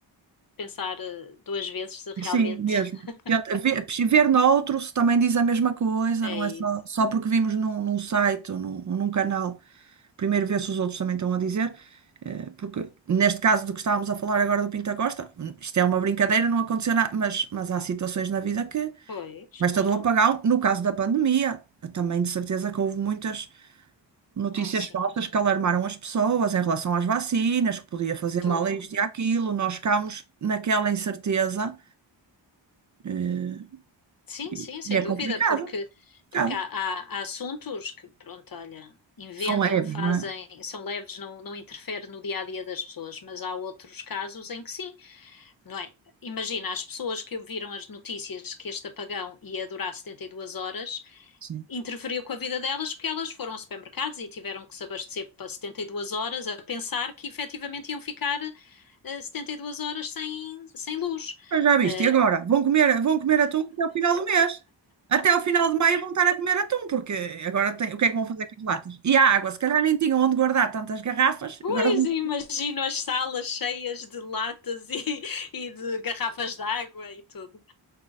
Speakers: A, on the left; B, on the right.
A: pensar eh, duas vezes se realmente
B: sim, mesmo.
A: <laughs>
B: Tenta ver, ver noutro se também diz a mesma coisa,
A: é
B: não
A: isso.
B: é só, só porque vimos num, num site ou num, ou num canal. primeiro ver se os outros também estão a dizer, eh, porque neste caso do que estávamos a falar agora do Pinta Costa, hum, isto é uma brincadeira, não aconteceu nada, mas, mas há situações na vida que
A: Pois,
B: basta
A: claro.
B: do apagão, no caso da pandemia, também de certeza que houve muitas notícias
A: Ai, sim,
B: falsas que alarmaram as pessoas em relação às vacinas, que podia fazer
A: tudo.
B: mal a isto e àquilo, nós ficámos naquela incerteza, eh,
A: Sim,
B: e
A: sim, sem
B: e é
A: dúvida,
B: complicado,
A: porque,
B: complicado.
A: porque há, há- há assuntos que, pronto, olha, inventam,
B: São leves,
A: fazem,
B: não é?
A: são leves, não, não interfere no dia a dia das pessoas, mas há outros casos em que sim. não é? Imagina, as pessoas que ouviram as notícias que este apagão ia durar 72 horas,
B: Sim.
A: interferiu com a vida delas porque elas foram a supermercados e tiveram que se abastecer para 72 horas a pensar que efetivamente iam ficar eh, 72 horas sem, sem luz.
B: Pois já viste,
A: Eh,
B: e agora? Vão comer, vão comer atum até ao final do mês. Até ao final de maio vão estar a comer atum, porque agora tem, o que é que vão fazer com as latas? E a água, se calhar nem tinham onde guardar tantas garrafas,
A: pois
B: agora vão.
A: imagino as salas cheias de latas <laughs> e, e de garrafas de água e tudo,